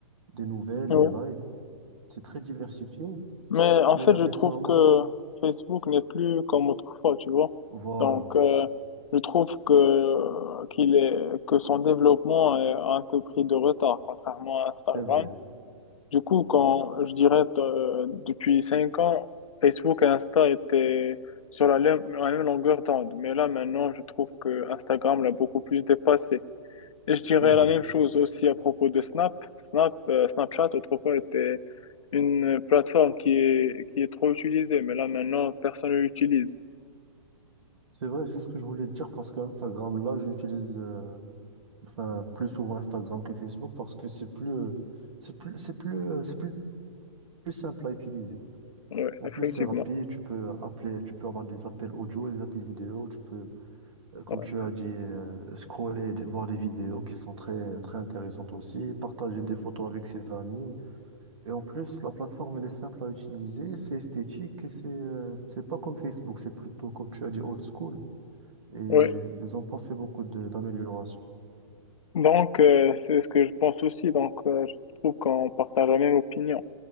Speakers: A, on the right; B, on the left.
A: des nouvelles,
B: oui.
A: des lives. C'est très diversifié.
B: Mais en
A: Mais
B: fait,
A: récemment,
B: je trouve que Facebook n'est plus comme autrefois, tu vois.
A: voilà,
B: Donc, euh, je trouve que qu'il est que son développement est un peu pris de retard, contrairement à Instagram.
A: c'est vrai,
B: Du coup, quand je dirais euh, depuis cinq ans, Facebook et Insta étaient sur la, lem- la même longueur d'onde. Mais là, maintenant, je trouve que Instagram l'a beaucoup plus dépassé. Et je dirais
A: c'est vrai.
B: la même chose aussi à propos de Snap. Snap, euh, Snapchat, autrefois, était une plateforme qui est, qui est trop utilisée. Mais là, maintenant, personne ne l'utilise.
A: C'est vrai, c'est ce que je voulais te dire parce que Instagram, là, j'utilise euh, enfin plus souvent Instagram que Facebook parce que c'est plus, euh, c'est plus, c'est plus, euh, c'est plus plus simple à utiliser.
B: Oui,
A: En
B: effectivement.
A: plus, c'est rapide, tu peux appeler, tu peux avoir des appels audio, des appels vidéo, tu peux, euh, comme
B: Ouais.
A: tu as dit, euh, scroller, des- voir des vidéos qui sont très, très intéressantes aussi, partager des photos avec ses amis. Et en plus, la plateforme, elle est simple à utiliser, c'est esthétique et c'est, euh, c'est pas comme Facebook, c'est plutôt, comme tu as dit, old school. Et
B: Ouais.
A: ils ont pas fait beaucoup de- d'améliorations.
B: Donc, euh, c'est ce que je pense aussi. Donc, euh, je trouve qu'on partage la même opinion.